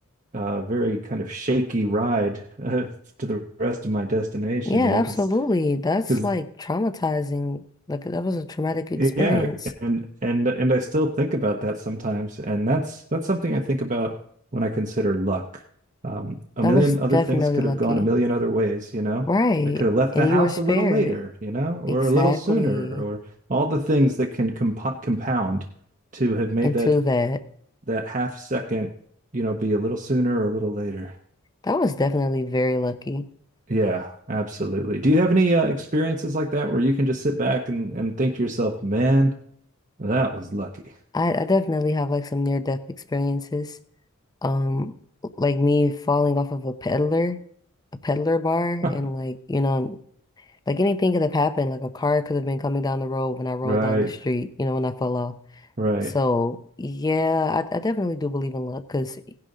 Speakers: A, on the right (about 35°); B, on the left (about 20°).
A: uh, very kind of shaky ride <laughs> uh, to the rest of my destination,
B: Yeah,
A: you know, because
B: absolutely. That's
A: because
B: like traumatizing. Like that was a traumatic experience.
A: Yeah, and and and I still think about that sometimes, and that's that's something I think about when I consider luck. Um, a
B: That
A: million
B: was definitely
A: other things could
B: lucky.
A: have gone a million other ways, you know.
B: Right.
A: I could have left
B: And
A: the house
B: you were spared.
A: a little later, you know, or
B: Exactly.
A: a little sooner, or all the things that can comp compound to have made
B: Into
A: that
B: that.
A: that half second, you know, be a little sooner or a little later.
B: That was definitely very lucky.
A: Yeah, absolutely. Do you have any uh, experiences like that where you can just sit back and and think to yourself, "Man, that was lucky."
B: I, I definitely have like some near-death experiences. Um, like me falling off of a peddler, a peddler bar,
A: <laughs>
B: and like, you know, like anything could have happened. Like a car could have been coming down the road when I rolled
A: Right,
B: down the street, you know, when I fell off.
A: right.
B: So yeah, I, I definitely do believe in luck because